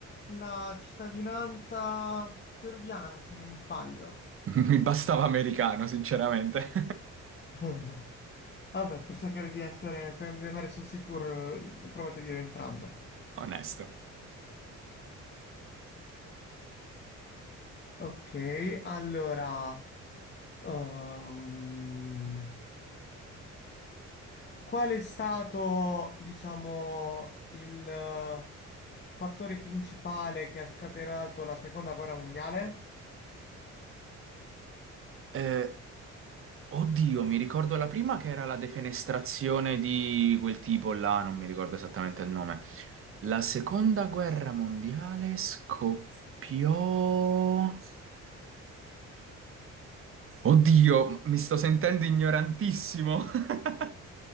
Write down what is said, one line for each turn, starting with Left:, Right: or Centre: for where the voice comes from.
Left: la cittadinanza peruviana, se non mi sbaglio.
Right: <laughs> Mi bastava americano, sinceramente.
Left: <laughs> Vabbè, per cercare di essere, per andare sul sicuro, eh, provate a dire entrambe.
Right: <laughs> Onesto.
Left: Ok, allora. Ehm, qual è stato, diciamo, il eh, fattore principale che ha scatenato la seconda guerra mondiale?
Right: Vai. Oddio, mi ricordo la prima che era la defenestrazione di quel tipo là, non mi ricordo esattamente il nome. La seconda guerra mondiale scoppiò... Oddio, mi sto sentendo ignorantissimo. <laughs>